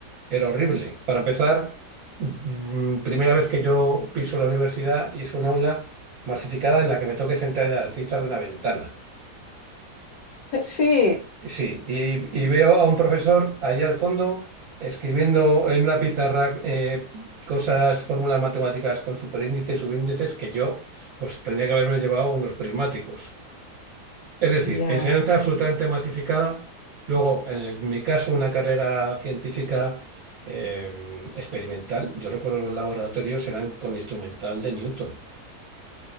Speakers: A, on the right; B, on the left.
A: Era horrible. Para empezar, mm, primera vez que yo piso la universidad y es un aula masificada en la que me toque sentar en el alféizar de una ventana.
B: <laughs> Sí,
A: Sí, y, y veo a un profesor allá al fondo escribiendo en una pizarra eh, cosas, fórmulas matemáticas con superíndices y subíndices que yo pues tendría que haberme llevado unos prismáticos. Es decir,
B: ya,
A: enseñanza absolutamente masificada. Luego, en el- mi caso, una carrera científica eh, experimental. Yo recuerdo los laboratorios eran con instrumental de Newton. O